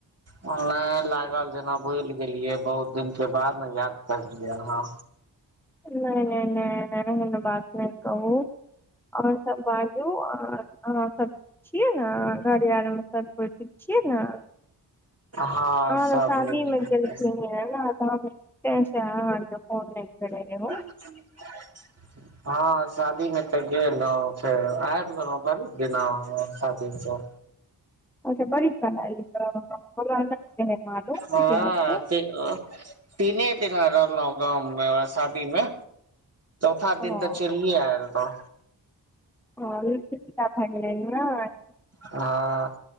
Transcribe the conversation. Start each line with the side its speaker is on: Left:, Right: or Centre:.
Right: तऽ लाग लागल जेना भुलि गेलियै बहुत दिन के बाद ने याद करलियै अहाँ
Centre: नय नय नय कोनो बात नय कहू आओर सब बाजू आंहा सब छियै न घरे आर मे सभ कोई ठीक छियै न
Right: हँ
Centre: आब
Right: सब
Centre: सादी
Right: नीक
Centre: मे गेलखिन हें न तब बुझते आहां आर के फोन नय करै के है
Right: <unintelligible> हँ शादी मे तऽ गेल रहौं फेर आयब गेलौं बरी दिना शादी स
Centre: अच्छा बड़ी काल ऐल य हमरा नय रहै मालूम
Right: हँ
Centre: जे ऐतै
Right: तीने दिना रहलहु गाम मे शादी मे चौथा
Centre: हँ
Right: दिन तऽ चलिये आयल रहूँ
Centre: <unintelligible>
Right: हँ